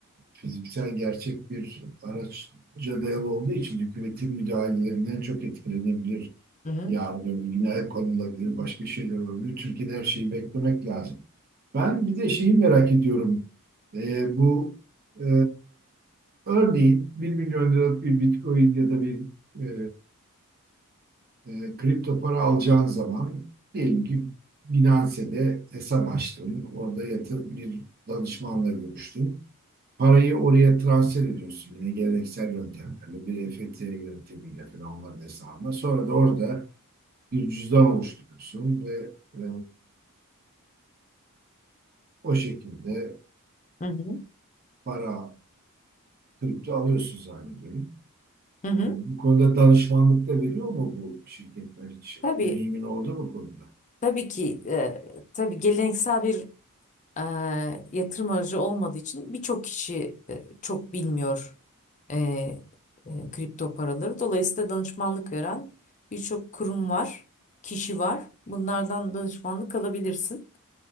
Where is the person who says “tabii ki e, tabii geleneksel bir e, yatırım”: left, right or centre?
Left